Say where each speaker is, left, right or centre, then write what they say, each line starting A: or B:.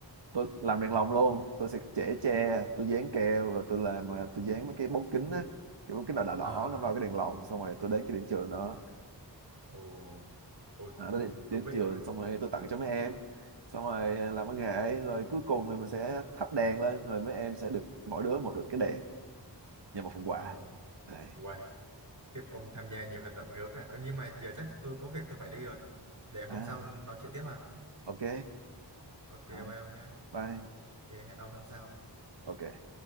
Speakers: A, on the right (about 70°); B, on the right (about 40°).
A: tôi làm
B: ừ
A: đèn lồng luôn tôi sẽ chẻ tre tôi dán keo rồi tôi làm à, tôi dán mấy cái bóng kính á cái bóng kính đỏ đỏ đỏ
B: à
A: nó vào cái đèn lồng xong rồi tôi đến cái điểm trường đó
B: ồ ôi
A: à, tôi đến điểm
B: thú vị
A: trường
B: quá ha
A: xong rồi tôi tặng cho mấy em xong rồi à, làm văn nghệ rồi cuối cùng thì mình sẽ thắp đèn lên rồi mấy em sẽ được mỗi đứa một được cái đèn và một phần quà
B: ồ
A: Đây.
B: wow tiếp ông tham gia nhiều hoạt động gớm này Ờ, nhưng mà giờ chắc tôi có việc tôi phải đi rồi để hôm
A: à
B: sau nói chuyện tiếp ha
A: ok
B: ok
A: rồi
B: bye ông nha
A: bye
B: ok hẹn ông hôm sau
A: ok